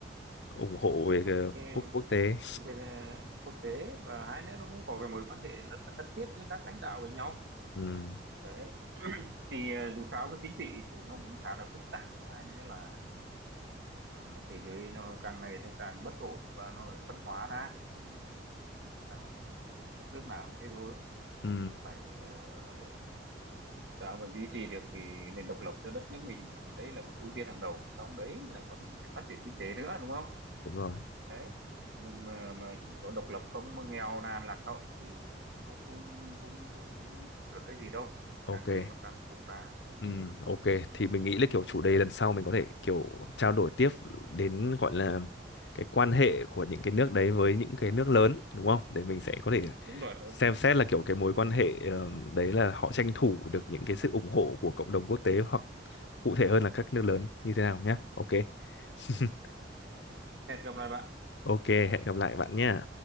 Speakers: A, on the left; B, on the right.
A: ủng hộ về cái
B: cái
A: quốc quốc tế
B: bên ờ, quốc tế và hai nữa nó cũng có cái mối quan hệ rất là thân thiết giữa các lãnh đạo với nhau
A: ừ.
B: đấy thì ờ, dù sao cái chính trị thì nó cũng khá là phức tạp và hai nữa là, là là thế giới nó càng ngày nó càng bất ổn và nó phải phân hóa ra thì nghĩ là đất nước nào cũng thế thôi
A: Ừ.
B: cũng phải ờ, sao mà duy trì được cái nền độc lập cho đất nước mình thì đấy là một ưu tiên hàng đầu xong đấy là còn mình phải phát triển kinh tế nữa đúng không
A: đúng rồi
B: đấy mình mà mà chỉ có độc lập không mà nghèo nàn lạc hậu thì cũng cũng cũng cũng, cũng được cái gì đâu
A: ok
B: càng ngày nó càng khổ ra
A: Ừ, ok thì mình nghĩ là kiểu chủ đề lần sau mình có thể kiểu trao đổi tiếp đến gọi là cái quan hệ của những cái nước đấy với những cái nước lớn đúng không? Để mình sẽ có thể
B: đúng, đúng rồi ông
A: xem xét là kiểu cái mối quan hệ ờ, đấy là họ tranh thủ được những cái sự ủng hộ của cộng đồng quốc tế hoặc cụ thể hơn là các nước lớn như thế nào nhé. Ok. <laughs>
B: hẹn gặp lại bạn
A: Ok, hẹn gặp lại bạn nhé.